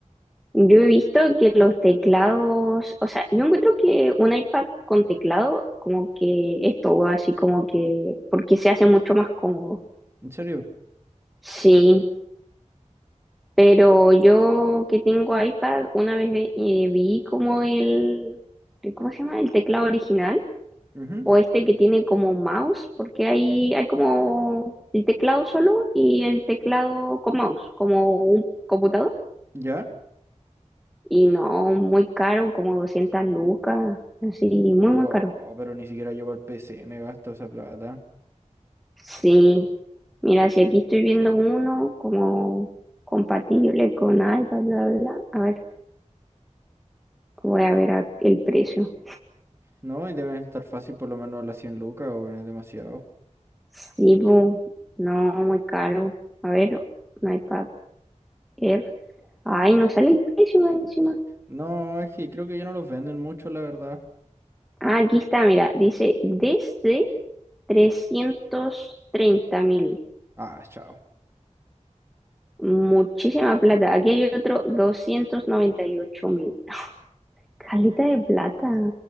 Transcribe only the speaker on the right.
¿En serio?
Ujú,
¿Ya?
Oh,
pero ni siquiera yo para el PC me gasto esa plata.
No, y deben estar fácil por lo menos las 100 lucas, o es demasiado.
No, es que creo que ya no los venden mucho, la verdad.
Ah, chao.